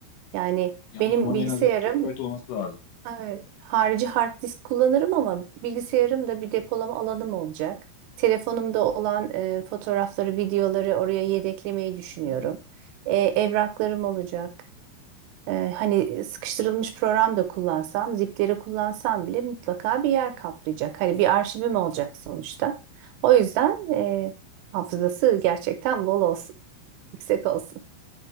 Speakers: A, on the right; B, on the left.
A: Yani
B: ya
A: benim
B: o zaman
A: bilgisayarım
B: en az 2 terabayt olması lazım.
A: evet harici hard disk kullanırım ama bilgisayarımda bir depolama alanım olacak. Telefonumda olan e, fotoğrafları, videoları oraya yedeklemeyi düşünüyorum.
B: Hı hı.
A: E, evraklarım olacak. E, hani sıkıştırılmış program da kullansam, zipleri kullansam bile mutlaka bir yer kaplayacak. Hani bir arşivim olacak sonuçta. O yüzden e, hafızası gerçekten bol olsun, <laughs> yüksek olsun.